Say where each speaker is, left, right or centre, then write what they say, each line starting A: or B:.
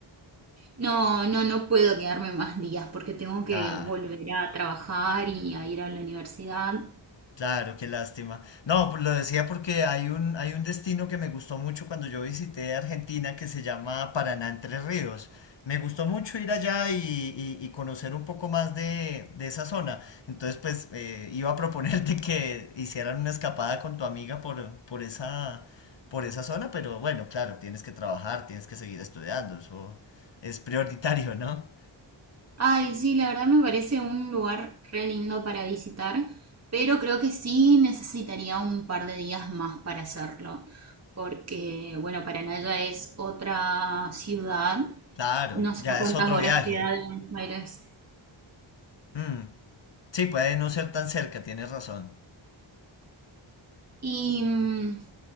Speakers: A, on the right; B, on the left.
A: No, no, no puedo quedarme más días porque tengo que
B: Ah.
A: volver a trabajar y a ir a la universidad.
B: Claro, qué lástima. No, pues lo decía porque hay un, hay un destino que me gustó mucho cuando yo visité Argentina que se llama Paraná Entre Ríos. Me gustó mucho ir allá y, y- y conocer un poco más de, de esa zona. Entonces, pues eh, iba a proponerte que hicieran una escapada con tu amiga por, por esa, por esa zona, pero bueno, claro, tienes que trabajar, tienes que seguir estudiando, eso es prioritario, ¿no?
A: Ay, sí, la verdad me parece un lugar re lindo para visitar, pero creo que sí necesitaría un par de días más para hacerlo, porque, bueno, Paranaya es otra ciudad,
B: Claro,
A: no sé
B: ya
A: a cuántas
B: es otro
A: horas
B: viaje.
A: queda de Buenos Aires.
B: Mm, sí, puede no ser tan cerca, tienes razón.
A: Y, mm,